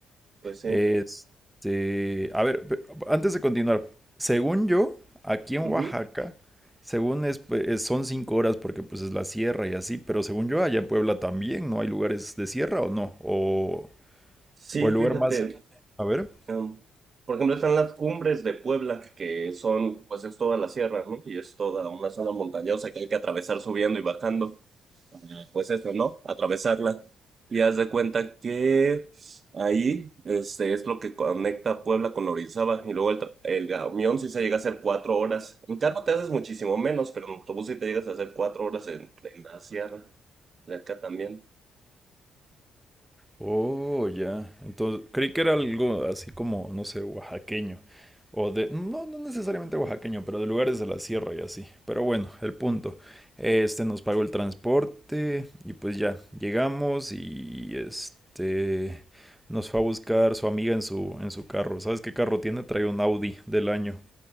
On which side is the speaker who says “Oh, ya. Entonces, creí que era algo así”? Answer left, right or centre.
Centre